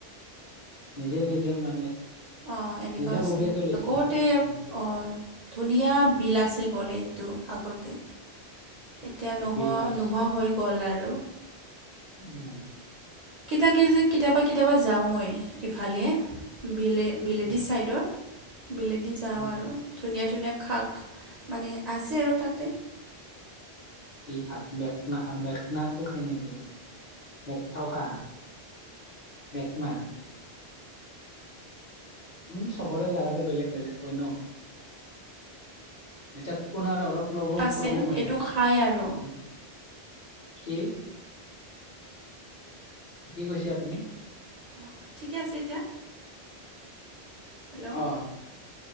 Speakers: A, on the left; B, on the right.
A: নিজে নিজে মানে
B: অ', এনেকুৱা
A: নিজাববীয়াকে
B: হৈছে,
A: লৈছে
B: আগতে
A: মানে উম,
B: অ, ধুনীয়া বিল আছিল বলে এইটো। আগতে, এতিয়া নোহোৱা-নোহোৱা
A: বিল আছে
B: হৈ গ'ল আৰু।
A: উম,
B: কেতিয়াকে যে কেতিয়াবা-কেতিয়াবা যাও মই ইফালে, বিলে বিলেদি
A: উম
B: ছাইডৰ, বিলেদি যাওঁ
A: উম
B: আৰু ধুনীয়া ধুনীয়া শাক, মানে আছে আৰু তাতে।
A: কি শাক, মেডনা মেখ <unintelligible> খাই নেকি, মেকঠাওখা, মেখনা। উম, চবৰে জাগাতে বেলেগ বেলেগ কয় ন। এতিয়া কোনাৰ অৰপ প্লবম,
B: আছে
A: প্ৰব্লেম হৈছে,
B: এইটো খায় আৰু
A: উম, কি? কি কৈছে আপুনি?
B: অঁ ঠিকে আছে এতিয়া? হেল্ল'
A: অ',